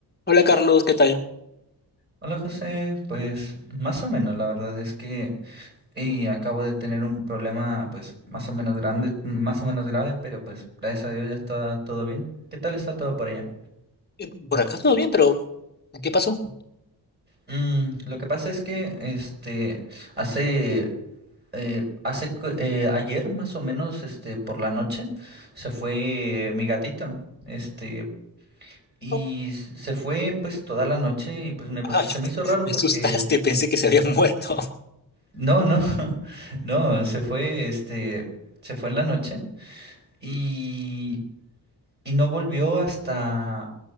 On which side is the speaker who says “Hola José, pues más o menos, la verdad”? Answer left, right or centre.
Right